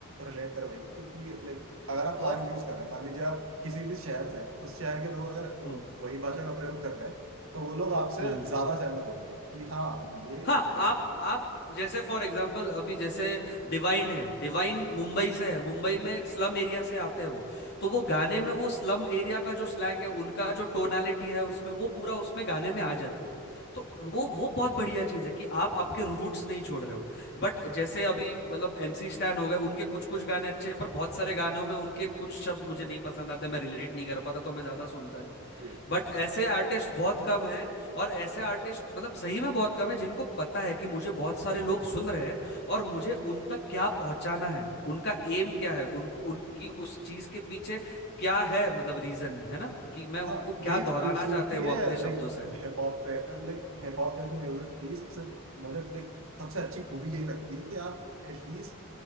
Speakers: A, on the right; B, on the left.
A: रिलेट करवाएगी क्योंकि लाइक अगर आप
B: और
A: स्लैंग्स यूज कर रहे हैं मान लीजिए आप किसी भी शहर से हैं उस शहर के लोग अगर अ,
B: हम्म
A: वही भाषा का प्रयोग कर रहे हैं तो वो लोग आपसे
B: हम्म
A: ज्यादा सहमत होंगे कि हाँ ये
B: हाँ
A: हम
B: आप आप जैसे फॉर एग्जांपल अभी जैसे डिवाइन है डिवाइन मुंबई से है मुंबई में एक स्लम एरिया से आते हैं वो तो वो गाने में वो स्लम एरिया का जो स्लैंग है उनका जो टोनालिटी है उसमें वो पूरा उसमें गाने में आ जाती है तो वो वो बहुत बढ़िया चीज़ है कि आप आपके रूट्स नहीं छोड़ रहे हो बट जैसे अभी मतलब एमसी स्टैन हो गए उनके कुछ कुछ गाने अच्छे हैं, पर बहुत सारे गानों में उनके कुछ शब्द मुझे नहीं पसंद आते मैं रिलेट नहीं कर पाता तो मैं ज्यादा सुनता नहीं
A: ये
B: बट ऐसे आर्टिस्ट बहुत कम है और ऐसे आर्टिस्ट मतलब सही में बहुत कम है जिनको पता है कि मुझे बहुत सारे लोग सुन रहे हैं और मुझे उन तक क्या पहुंचाना है उनका एम क्या है उन उनकी उस चीज के पीछे क्या है मतलब रीजन है ना कि मैं उनको
A: हाँ
B: क्या
A: यही तो
B: दोहराना
A: खूबसूरती
B: चाहते हैं
A: है
B: वो अपने शब्दों
A: लाइक
B: से
A: हिप हॉप पे लाइक हिप हॉप जैसे म्यूजिक की सबसे मतलब लाइक सबसे अच्छी खूबी यही लगती है कि आप एटलीस्ट